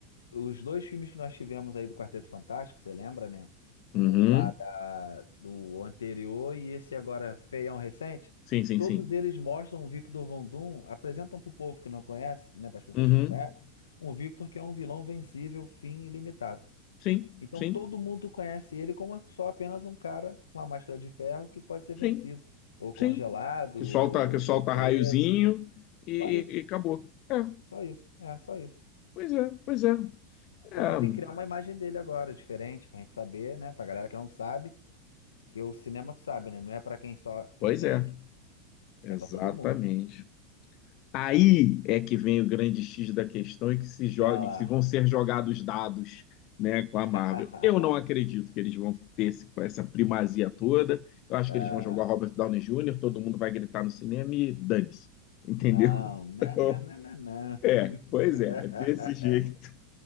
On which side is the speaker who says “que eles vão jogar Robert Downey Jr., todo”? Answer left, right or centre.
Left